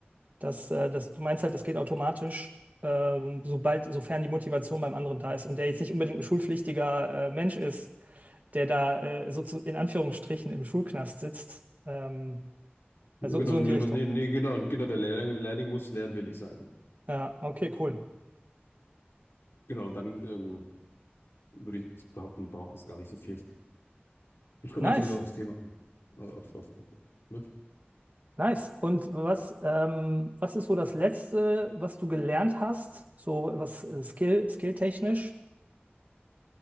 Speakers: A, on the right; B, on the left.
A: das, äh, das, du meinst halt, das geht automatisch, ähm, sobald, sofern die Motivation beim anderen da ist und der jetzt nicht unbedingt ein schulpflichtiger äh, Mensch ist, der da äh, so zu, in Anführungsstrichen im Schulknast sitzt. Ähm,
B: Ja,
A: also
B: Genau,
A: so
B: nee,
A: in die Richtung.
B: nee, nee, genau, genau, der Lehrling, Lehrling muss lernwillig sein.
A: Ja, okay, cool.
B: Genau, und dann ähm, würde ich behaupten, braucht es gar nicht so viel. ich komme
A: Nice.
B: natürlich auch aufs Thema an. Auf, auf, auf, auf, ne?
A: Nice. Und was, ähm, was ist so das Letzte, was du gelernt hast? So was äh, Skill, skilltechnisch?